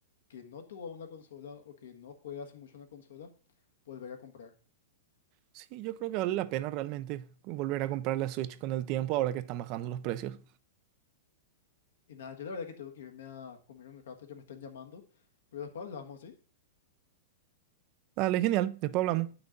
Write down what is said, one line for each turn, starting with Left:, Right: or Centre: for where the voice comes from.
Left: que no tuvo una consola o que no juega hace mucho una consola, volver a comprar.
Right: Sí, yo creo que vale la pena realmente volver a comprar la Switch con el tiempo ahora que están bajando los precios.
Left: Y nada, yo la verdad que tengo que irme a comer un rato, ya me están llamando, pero después hablamos, ¿sí?
Right: Dale, genial, después hablamos.